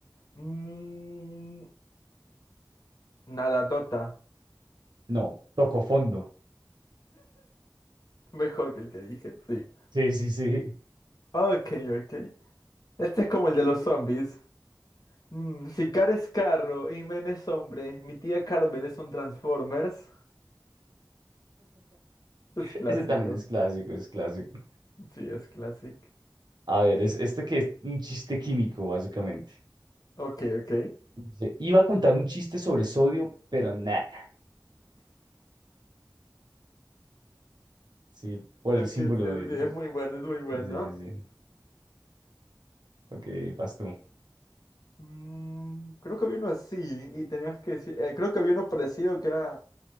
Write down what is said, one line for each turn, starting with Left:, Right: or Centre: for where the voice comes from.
Left: Mm, nadadota.
Right: No, tocó fondo.
Left: Mejor que el que dije, sí.
Right: Sí, sí, sí.
Left: Ok, ok. Este es como el de los zombies. Mm, si Car es carro y Men es hombre, mi tía Carmen es un Transformers.
Right: <laughs>
Left: Es clásico.
Right: Ese también es clásico, es clásico.
Left: Sí, es clásico.
Right: A ver, es este que es un chiste químico, básicamente.
Left: Ok, ok.
Right: Dice, iba a contar un chiste sobre sodio, pero nada. Sí, por
Left: Creo
Right: el símbolo
Left: que sí,
Right: del...
Left: sí, es muy bueno, es muy bueno.
Right: Sí, sí, sí. Ok, vas tú.
Left: Mm, creo que había uno así y tenías que decir, eh, creo que había uno parecido que era